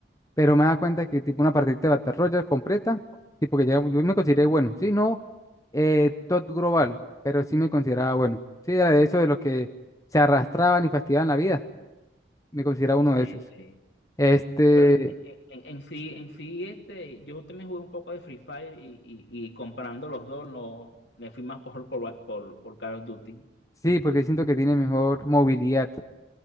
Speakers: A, on the left (about 20°); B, on the left (about 80°).
A: pero me da cuenta que tipo una partida de Battle Royale completa, tipo que ya, yo me consideré bueno, sí, no eh, top global, pero sí me consideraba bueno, sí, era de esos de los que se arrastraban y fastidiaban la vida, me consideraba uno
B: Sí,
A: de esos.
B: sí.
A: Este,
B: Bueno, en, en- sí, en sí, este, yo también jugué un poco de Free Fire y, y- y comparando los dos, no, me fui más por, por, por, por Call of Duty.
A: sí, porque siento que tiene mejor movilidad,